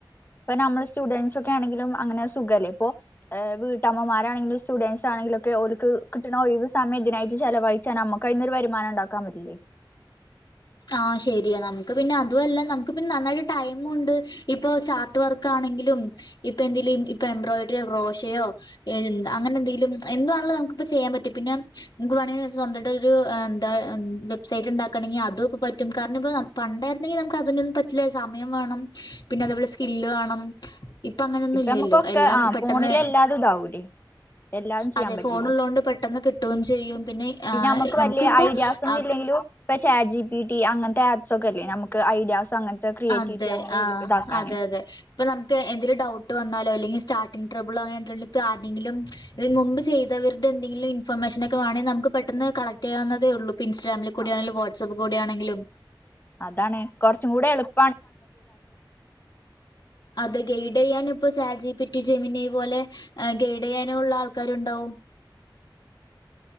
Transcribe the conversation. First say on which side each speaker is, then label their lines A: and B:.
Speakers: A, on the left; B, on the left.
A: ഇപ്പ നമ്മള് സ്റ്റുഡന്റ്സ ഒക്കെ ആണെങ്കിലും അങ്ങനെ സുഖമല്ല ഇപ്പോൾഹ് വീട്ടമ്മമാണെങ്കിലും സ്റ്റുഡൻറ്സ് ആ- ലൊക്കെ ഓൾക്കു കിട്ടുന്ന ഒഴിവ് സമയം ഇതിനായിട്ട് ചലവഴിച്ചാ നമ്മക്ക് അൊരു വരുമാനം ഉണ്ടാക്കാൻ പറ്റില്ലേ?
B: ആഹ ശെരിയ നമുക്ക് പിന്നെ അതു വല്ല നമ്ക്ക് പിന്നെ നന്നായിട്ട് ടൈമ ണ്ട് ഇപ്പൊ ചാർട്ട് വർക്ക് ഇ എന്തങ്കിലുംഇപ്പ എംബ്രോയ്ഡറിയോ ക്റോഷയോ അങ്ങനെ എന്തെങ്കി എറ നമക്ചെയ്യാൻ പറ്റും പിന്നെ നമക്ക് വേണെങ്കി സ്വന്തായിട്ട് ഒര് എന്താവെബ്സൈറ്റ് ണ്ടാക്കണെങ്കിൽ അതും ഇപ്പൊ പറ്റും കാരണം ഇപ്പ പണ്ടായിരുന്നെങ്കിൽ നമുക്ക് അതിനൊന്നും പറ്റില്ല സമയം വേണം പിന്നെ അതേപോലെ സ്കില്ല് വേണം. ഇപ്പൊ അങ്ങനൊന്നും ഇല്ലല്ലോ
A: നമുക്കൊക്കെ
B: എല്ലാം
A: ആ
B: പെട്ടെന്ന്
A: ഫോണില് എല്ലാതും ഇതാവൂലേ എല്ലാതും ചെയ്യാൻ
B: അതെ
A: പറ്റില്ലേ
B: ഫോൺള്ളതോണ്ട് പെട്ടെന്ന് കിട്ടുകയും ചെയ്യും.
A: പിന്നെ
B: ആഹ്
A: നമ്മുക്ക്
B: നമുക്കിപ്പോ
A: വലിയ ഐഡിയാസ് ഒന്നും
B: അപ്
A: ഇല്ലെങ്കിലും ഇപ്പേ ചാചിപിട്ടി അങ്ങനത്തെ ആപ്പ്സ് ഒക്കെല്ലേ നമുക്ക് ഐഡിയാസ് അങ്ങനത്തെ ക്രിയേറ്റിവിറ്റി
B: അതെ
A: അങ്ങനെ
B: ആ
A: ഇതാക്കാന്
B: അതെ അതെ ഇപ്പൊ നമുക്ക് എന്തൊരു ഡൗട്ട് വന്നാലോ അല്ലെങ്കിൽ സ്റ്റാർട്രിങ് ട്രബിള്ളോ അങ്ങന ഇപ്പോ ആരെങ്കിലും ഇത് മുമ്പ് ചെയ്തവരുടെ എന്തെിലും ഇൻഫർമേഷനക്കെവാണെങ്ക ന നമക്ക് പെട്ടന്ന് കളക്ട് ചെയ്യാവുന്നേ ഉള്ളൂ ഇൻസ്റ്റഗ്രമിൽ കൂട
A: ആ
B: ആണെിങ്കിലും വാട്സപ്പ് കൂയാണെങ്കിലും.
A: അതാണ് കുറച്ചും കൂടെ എളുപ്പം
B: അ ഗ <unintelligible> ചാജി പിറ്റി ജെമിന പോലെ ഗൈഡയാനഉള്ള ആൾക്കാരുണ്ടാവകു